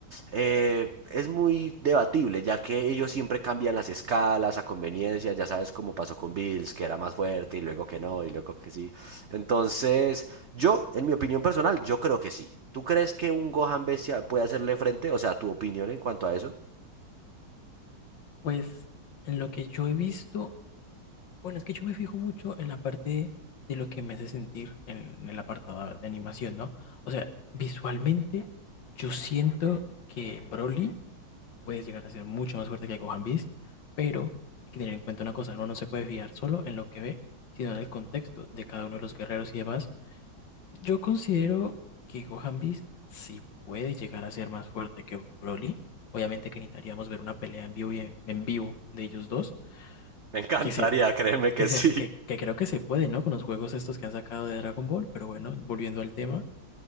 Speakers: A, on the right (about 70°); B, on the left (about 65°).
A: Eh, es muy debatible, ya que ellos siempre cambian las escalas a conveniencia, ya sabes cómo pasó con Bills, que era más fuerte y luego que no, y luego que sí. Entonces, yo, en mi opinión personal, yo creo que sí. ¿Tú crees que un Gohan Bestia puede hacerle frente? O sea, tu opinión en cuanto a eso.
B: Pues en lo que yo he visto, bueno, es que yo me fijo mucho en la parte de lo que me hace sentir en, en el apartado de animación, ¿no? O sea, visualmente yo siento que Broly puedes llegar a ser mucho más fuerte que Gohan Beast, pero hay que tener en cuenta una cosa, uno no se puede fiar solo en lo que ve, sino en el contexto de cada uno de los guerreros y demás. Yo considero que Gohan Beast sí puede llegar a ser más fuerte que Broly. Obviamente que necesitaríamos ver una pelea en vivo y en, en vivo de ellos dos,
A: Me encantaría,
B: que se
A: créeme que
B: que se
A: sí.
B: que, que creo que se puede, ¿no? Con los juegos estos que han sacado de Dragon Ball, pero bueno, volviendo al tema,